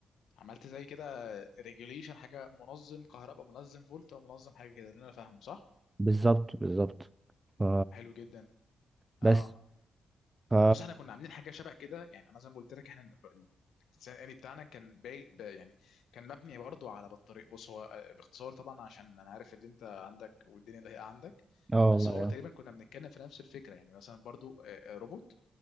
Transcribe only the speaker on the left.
عملت زي كده ريجوليشن حاجه منظم كهرباء منظم فولت او منظم حاجه كده اللي انا فاهمه صح
حلو جدا اه
بص احنا كنا عاملين حاجه شبه كده يعني انا زي ما قلت لك احنا الانسان الالي بتاعنا كان باي ب- يعني كان مبني برضو على بطاريق بص هو آه، باختصار طبعا عشان انا عارف ان انت عندك والدنيا ضيقه عندك
بس
هو تقريبا كنا بنتكلم في نفس الفكره يعني مثلا برضو آه، آه، روبوت